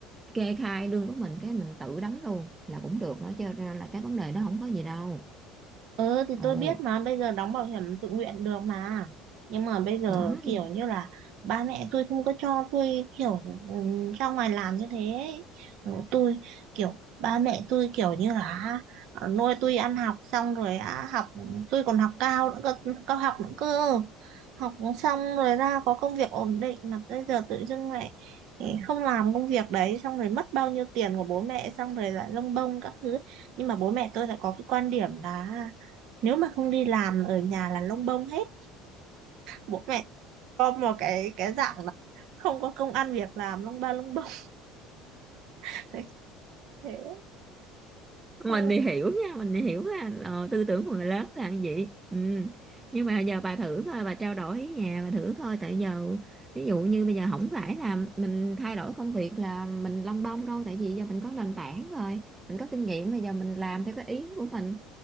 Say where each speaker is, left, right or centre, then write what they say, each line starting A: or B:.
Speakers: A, on the right (about 20°); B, on the right (about 60°).
A: kê khai lương của mình cái mình tự đóng luôn là cũng được nữa cho nên là cái vấn đề đó không có gì đâu
B: Ừ thì
A: ồ
B: tôi biết mà bây giờ đóng bảo hiểm tự nguyện được mà nhưng mà bây giờ
A: nó
B: kiểu
A: thì
B: như là ba mẹ tôi không có cho tôi kiểu ừ, ra ngoài làm như thế ấy. Ừ, tôi kiểu ba mẹ tôi kiểu như là ờ, nuôi tôi ăn học xong rồi á học ừ, tôi còn học cao nữa cơ, cao học nữa cơ học xong rồi ra có công việc ổn định mà bây giờ tự dưng lại ừ, không làm công việc đấy xong rồi mất bao nhiêu tiền của bố mẹ xong rồi lại lông bông các thứ nhưng mà bố mẹ tôi lại có cái quan điểm là nếu mà không đi làm ở nhà là lông bông hết bố mẹ có một cái cái dạng là không có công ăn việc làm lông ba lông bông <laughs> thế
A: mình
B: xong
A: thì hiểu nha mình thì hiểu ha ờ, tư tưởng của người lớn là như vậy ừ. nhưng mà giờ bà thử coi bà trao đổi với nhà bà thử coi tại giờ ví dụ như bây giờ không phải là mình thay đổi công việc là mình lông bông đâu tại vì giờ mình có nền tảng rồi mình có kinh nghiệm bây giờ mình làm theo cái ý của mình